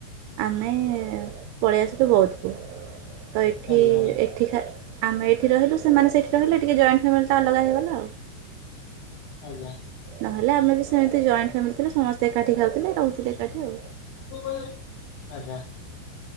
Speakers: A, on the right; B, on the left.
A: ଆମେ ପଳେଇ ଆସିଲୁ ବୌଦ୍ଧକୁ ତ ଏଠି
B: ଆଜ୍ଞା
A: ଏଠି ଖା ଆମେ ଏଠି ରହିଲୁ ସେମାନେ ସେଇଠି ରହିଲେ ଟିକେ ଜଏଣ୍ଟ ଫ୍ୟାମିଲଟା ଅଲଗା ହେଇଗଲା ଆଉ
B: ଆଜ୍ଞା ଆଜ୍ଞା
A: ନହେଲେ ଆମେ ବି ସେ ସେମିତି ଜଏଣ୍ଟ ଫ୍ୟାମିଲି ଥିଲେ ସମସ୍ତେ ଏକାଠି ଖାଉଥିଲେ ରହୁଥିଲେ ଏକାଠି ଆଉ।
B: ଆଜ୍ଞା।